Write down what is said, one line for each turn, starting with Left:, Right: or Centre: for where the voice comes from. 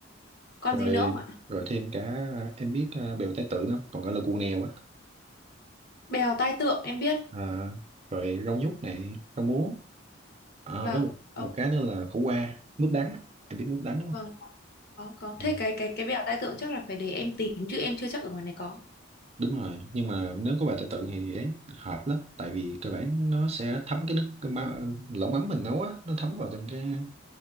Left: Còn
Right: rồi
Left: gì nữa không ạ?
Right: rồi thêm cả em biết ờ, bèo tai tượng không còn gọi là cù nèo á
Left: Bèo tai tượng em biết.
Right: à, rồi rau nhút này rau muống à,
Left: Vâng.
Right: với một
Left: Ờ,
Right: một cái nữa là khổ qua mướp đắng á. em biết mướp đắng đúng không
Left: vâng. Có có.
Right: Ừ.
Left: Thế cái cái cái bèo tai tượng chắc là phải để em tìm chứ em chưa chắc ở ngoài này có.
Right: Đúng rồi, nhưng mà nếu có bài tự tự thì ấy hợp lắm tại vì cơ bản nó sẽ thấm cái nước cái ma, lẩu mắm mình nấu á nó thấm vào trong cái